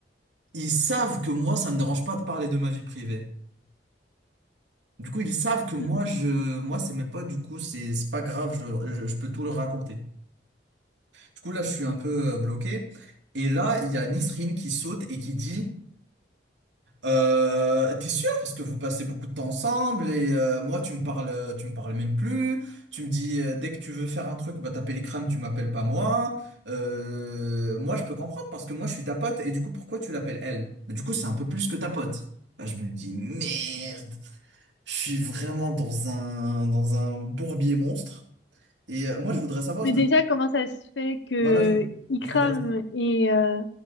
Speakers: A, on the right; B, on the left.
A: ils savent que moi, ça me dérange pas de parler de ma vie privée. Du coup, ils savent que moi,
B: Mhm.
A: je, moi, c'est mes potes, du coup, c'est c'est pas grave, je, je, je peux tout leur raconter. Du coup, là, je suis un peu euh, bloqué. Et là, il y a Nisrine qui saute et qui dit, euh, t'es sûr? Parce que vous passez beaucoup de temps ensemble et euh, moi, tu me parles, tu me parles même plus. Tu me dis, euh, dès que tu veux faire un truc, bah, t'appelles les crânes, tu m'appelles pas moi. Euh, moi, je peux comprendre parce que moi, je suis ta pote. Et du coup, pourquoi tu l'appelles elle? Mais du coup, c'est un peu plus que ta pote. Là, je me dis, merde. Je suis vraiment dans un, dans un bourbier monstre. Et euh, moi, je voudrais savoir,
B: Mais
A: de...
B: déjà comment ça se fait que
A: voilà, je,
B: Ikram
A: je voudrais savoir.
B: et, euh,